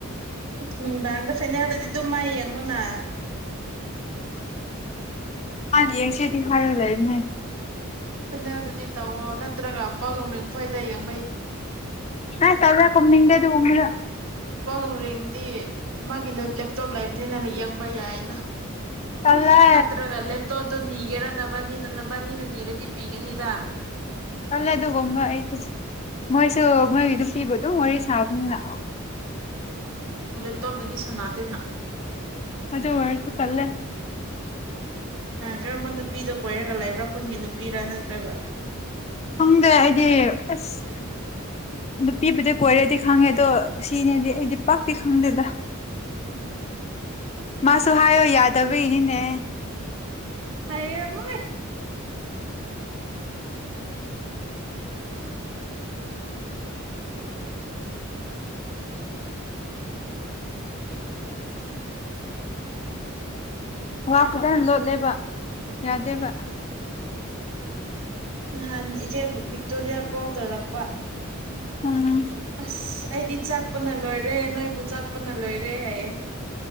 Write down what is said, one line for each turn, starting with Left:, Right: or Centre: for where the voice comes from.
Right: ꯅꯨꯡꯗꯥꯡꯗ ꯐꯥꯏꯅꯦꯜꯗꯗꯤ ꯑꯗꯨꯝ ꯃꯥꯏ ꯌꯦꯡꯉꯣꯅ
Left: ꯍꯅꯤ ꯌꯦꯡꯁꯦꯗꯤ ꯐꯥꯔ ꯂꯩꯃꯦ
Right: ꯐꯤꯅꯜꯗꯨꯗꯤ ꯇꯧꯋꯣ ꯅꯠꯇ꯭ꯔꯒ ꯄꯣꯂꯣꯡ ꯡꯐꯣꯏꯗ ꯌꯦꯡ
Left: ꯅ ꯇꯔꯦꯅꯤꯗꯦ ꯑꯗꯨ ꯎꯃꯗ
Right: ꯄꯣꯂꯨꯡꯔꯤꯡꯗꯤ ꯃꯥꯒꯤ ꯂꯦꯞꯇꯣꯞ ꯂꯩꯕꯅꯤꯅ ꯌꯦꯡꯕ ꯌꯥꯏꯅ
Left: ꯇꯜꯂꯦ
Right: ꯃꯥꯠꯇ꯭ꯔꯒꯂꯦ ꯇ ꯑꯗꯨ ꯅꯒꯦꯔ ꯅ ꯕꯥꯅꯤꯅꯕꯥꯅꯤꯅ ꯅꯤꯔꯗꯤ ꯄꯤꯒꯅꯤꯗ
Left: ꯈꯜꯂ ꯑꯗꯨꯒꯨꯝꯕ ꯑꯩ ꯃꯣꯏꯁꯨ ꯃꯣꯏꯒꯤꯗꯨ ꯄꯤꯕꯗꯣ ꯋꯥꯔꯤ ꯁꯥꯕꯅꯤꯅ
Right: ꯂꯦꯞꯇꯣꯞꯇꯗꯤ ꯁꯥꯟꯅꯗꯦꯅ
Left: ꯑꯗ ꯋꯥꯔꯁꯨꯇꯂꯦ
Right: ꯀꯔꯝꯕ ꯅꯨꯄꯤꯗ ꯀꯣꯏꯔꯒ ꯂꯩꯕ꯭ꯔꯥ ꯈꯨꯨꯟꯒꯤ ꯅꯨꯄꯤꯔ ꯅꯠꯇ꯭ꯔꯒ
Left: ꯈꯪꯗꯦ ꯑꯩꯗꯤ ꯑꯁ ꯅꯨꯄꯤꯕꯨꯗꯤ ꯀꯣꯏꯔꯗꯤ ꯈꯪꯉꯦ ꯑꯗꯣ ꯁꯤꯅꯦꯗꯤ ꯑꯩꯗꯤ ꯄꯥꯛꯇꯤ ꯈꯪꯗꯦꯗ
Right: ꯎꯝ
Left: ꯃꯥꯁꯨ ꯍꯥꯏꯌꯣ ꯌꯥꯗꯕ ꯏꯅꯤꯅꯦ
Right: ꯍꯥꯏ ꯑꯃꯣꯏ
Left: ꯋꯥ ꯈꯤꯇꯪ ꯂꯣꯠꯂꯦꯕ ꯌꯥꯗꯦꯕ
Right: ꯅꯍꯥꯟ ꯏꯆꯦ ꯕꯤꯛꯇꯣꯔꯤꯌꯥ ꯀꯥꯎ ꯇꯧꯔꯛꯄ
Left: ꯑ
Right: ꯑꯁ ꯑꯩꯗꯤ ꯆꯥꯛꯄꯅ ꯂꯣꯏꯔꯦ ꯅꯣꯏꯕꯨ ꯆꯥꯛꯄꯅ ꯂꯣꯏꯔꯦ ꯍꯥꯏ